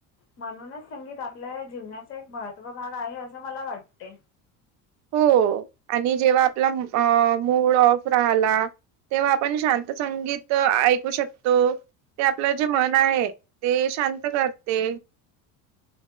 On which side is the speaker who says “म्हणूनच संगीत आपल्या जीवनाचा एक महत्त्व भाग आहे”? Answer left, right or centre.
Left